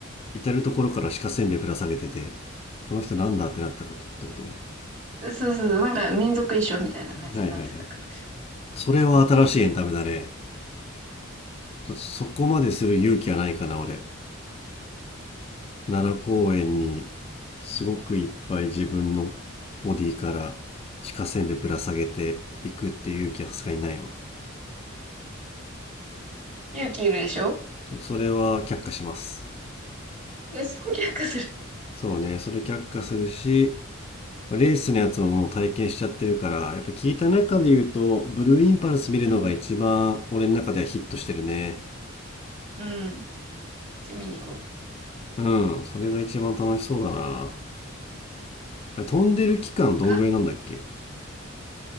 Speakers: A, on the left (about 30°); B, on the right (about 35°).
A: 至る所から鹿せんべいぶら下げててこの人なんだってなったことってことね
B: そうそうそう、なんか民族衣装みたいな感じになってたかもし
A: はいはいはいそれは新しいエンタメだね。
B: れない。うん。
A: ちょっとそこまでする勇気はないかな、俺。奈良公園にすごくいっぱい自分のボディから鹿せんべいぶら下げていくっていう勇気はさすがにないわ。
B: 勇気いるでしょ
A: ちょっとそれは却下します。
B: え、そう逆化する。
A: そうね、それ却下するし、まあレースのやつももう体験しちゃってるから、やっぱ聞いた中で言うと、ブルーインパルス見るのが一番俺の中ではヒットしてるね。
B: うん。うん。じゃあ見に行こう
A: うん、それが一番楽しそうだな。あれ飛んでる期間どんぐらいなんだっけ
B: か。